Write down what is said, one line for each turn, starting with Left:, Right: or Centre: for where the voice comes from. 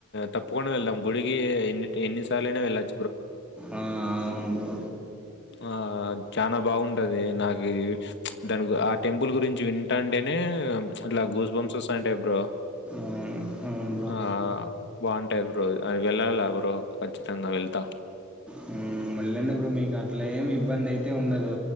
Left: తప్పుకుండా వెళ్దాం గుడికి ఎన్ని ఎన్నిసార్లు అయినా వెళ్ళచ్చ
Centre: ఆ అవును బ్రో
Left: ఆ చాలా బాగుంటది నాకు దాని ఆ టెంపుల్ గురించి జ వింట అంటేనే ఇలా గూస్ బంస్ వస్తా ఉంటాయి బ్రో
Centre: అవును అవును బ్రో
Left: ఆ బాగుంటాయి బ్రో అది వెళ్ళాలా బ్రో కచ్చితంగా వెళ్తా
Centre: హ్మ్ వెళ్ళండి బ్రో మీకు అట్లా ఏమి ఇబ్బంది అయితే ఉండదు